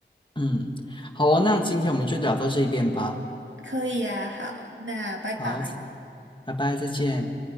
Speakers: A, on the left; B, on the right.
A: 嗯，好哦，那今天我们就聊到这边吧。
B: 可以呀。好，那拜拜。
A: 好，拜拜，再见。